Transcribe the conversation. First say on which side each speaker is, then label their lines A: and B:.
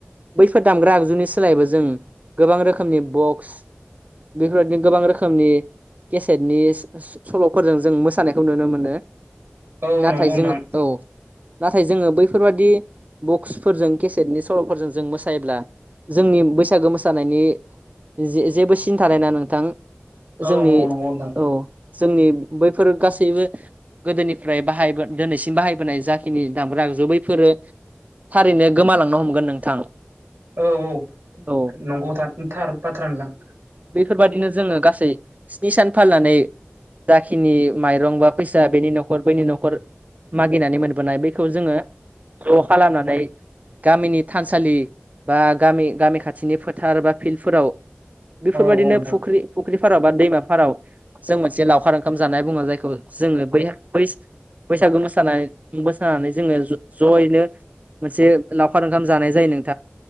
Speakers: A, on the right (about 35°); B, on the right (about 85°).
A: बैफोर दामग्रा आगजुनि सोलायबो जों गोबां रोखोमनि बक्स बेफोरबायदिनो गोबां रोखोमनि केसेटनि स-सल'फोरजों जों मोसानायखौ नुनो मोनो।
B: औ
A: नाथाय
B: नंगौ नोंथां
A: जोङो औ। नाथाय जोङो बैफोरबादि बक्सफोरजों केसेटनि सल'फोरजों जों मोसायोब्ला जोंनि बैसागो मोसानायनि जे-जेबो सिन थानाय नोङा नोंथां।
B: औ
A: जोंनि
B: औ नंगौ नोंथां
A: औ जोंनि बैफोर गासैबो गोदोनिफ्राय बाहायबो दिनैसिम बाहायबोनाय जाखिनि दामग्रा आगजु बैफोरो थारैनो गोमालांनो हमगोन नोंथां।
B: औ औ
A: औ
B: नंगौ थाद थार बाथ्रा नोंथां।
A: बेफोरबायदिनो जोङो गासै स्नि सान फालिनानै जाखिनि माइरं बा फैसा सा बेनि न'खर बैनि न'खर मागिनानै मोनबोनाय बैखौ जोङो ज' खालामनानै गामिनि थानसालि बा गामि गामि खाथिनि फोथार बा फिल्डफोराव बेफोरबायदिनो
B: औ औ नोंथां
A: फुख्रि फुख्रिफाराव बा दैमाफाराव जों मोनसे लावखार ओंखाम जानाय बुङो जाय जोङो बै बैसा-बैसागो मोसानाय मोसानानै जोङो ज-जयैनो मोनसे लावखार ओंखाम जानाय जायो नों